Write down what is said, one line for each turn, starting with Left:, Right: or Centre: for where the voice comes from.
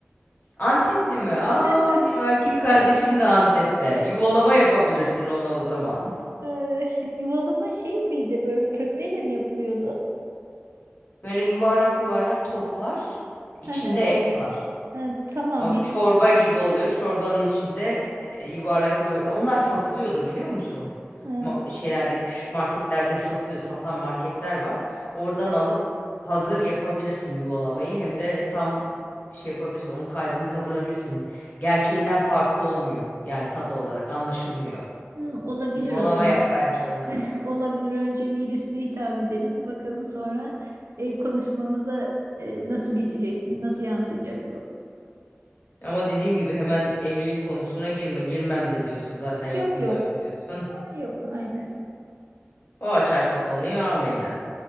Left: Antepli mi? Aa,
Right: <laughs>
Left: benim erkek kardeşim de Antep'te. Yuvalama yapabilirsin ona o zaman.
Right: Ee, yuvalama şey miydi böyle köfteyle mi yapılıyordu?
Left: <laughs> Böyle yuvarlak yuvarlak toplar. İçinde
Right: <laughs>
Left: et var.
Right: Ee, Tamam
Left: O çorba
Right: bir
Left: gibi oluyor. Çorbanın içinde e, yuvarlak böyle- onlar satılıyor da biliyor musun?
Right: e,
Left: Ma- şeylerde küçük marketlerde satılıyor. Satan marketler var. Oradan alıp hazır yapabilirsin yuvalamayı. Hem de tam şey yapabilirsin. Onun kalbini kazanabilirsin. Gerçeğinden farkı olmuyor. Yani tadı olarak anlaşılmıyor.
Right: hı, olabilir
Left: Yuvalama
Right: o zaman.
Left: yap bence
Right: <laughs>
Left: ona.
Right: Olabilir önce midesine hitap edelim bakalım sonra e, konuşmamıza e, nasıl geçecek nasıl yansıyacak bu?
Left: Ama dediğim gibi hemen evlilik konusuna girme. Girmem de diyorsun zaten yapımda
Right: Yok yok.
Left: yok diyorsun.
Right: Ha, yok aynen.
Left: O açarsa konuyu amenna.